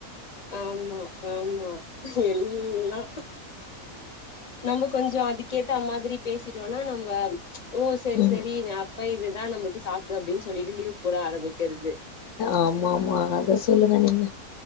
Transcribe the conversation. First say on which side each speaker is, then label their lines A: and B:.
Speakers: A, on the left; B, on the left.
A: ஆமா ஆமா எல்லா நம்ம கொஞ்சு அதுக்கேத்தா மாதிரி பேசிட்டோன்னா நம்ப ம்ச் ஓ செரி
B: ம்
A: செரி ந அப் இப்ப இதுதா நமக்கு சாக்கு அப்படின் சொல்லிட்டு லீவ் போட ஆரம்மிக்கறது
B: ஆமா ஆமா அத சொல்லுங்க நீங்க